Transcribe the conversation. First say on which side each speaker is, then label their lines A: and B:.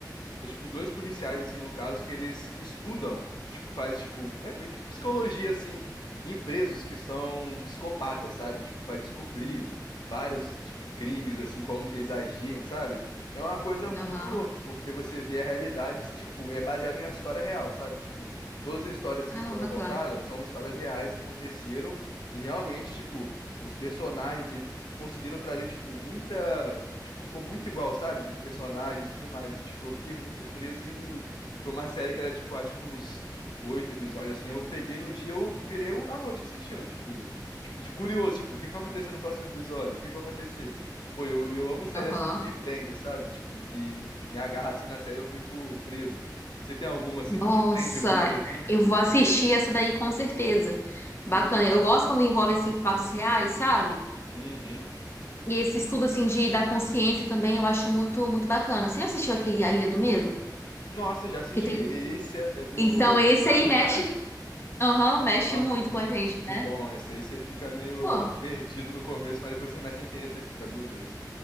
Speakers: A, on the left (about 75°); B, on the left (about 35°).
A: é tipo dois policiais assim no caso que eles estudam, tipo faz tipo, né, meio que psicologia assim em presos que são psicopatas, sabe? Tipo, para descobrir vários tipo crimes assim, como que eles agiam, sabe? É uma coisa muito
B: Aham.
A: louca, porque você vê a realidade, tipo, é baseado em uma história real, sabe? Tipo, todas as histórias
B: Ah,
A: que foram
B: bacana.
A: contadas são histórias reais que aconteceram e realmente, tipo, os personagens eles conseguiram trazer tipo muita Tipo, ficou muito igual, sabe? Os personagens e tudo mais. E, tipo, eu fiquei muito preso e foi uma série que era, tipo, acho que uns oito episódios, assim. Eu peguei no dia, eu virei o- à noite assistindo, tipo, tipo, de curioso, tipo, o que que vai acontecer no próximo episódio? O que que vai acontecer? Pô, eu, eu amo série
B: Aham.
A: assim que me prende, sabe? Tipo, que me agarra assim na série, eu fico preso. Você tem alguma assim
B: Nossa,
A: que te prende muito, assim, que
B: eu
A: tipo,
B: vou assistir
A: você.
B: essa daí com certeza. Bacana.
A: Uhum.
B: Eu gosto quando envolve, assim, fatos reais, sabe?
A: Uhum.
B: E esse estudo, assim, de, da consciência também eu acho muito, muito bacana. Você já assistiu aquele A Ilha do Medo?
A: Nossa, já assisti.
B: Que tem...
A: Esse é, é do
B: Então, esse
A: DiCaprio,
B: aí mexe...
A: né?
B: Aham, mexe
A: Nossa,
B: muito
A: muito
B: com a gente, né?
A: bom. Esse aí você fica meio
B: Pô.
A: perdido no começo, mas depois você começa a entender, você fica, meu Deus.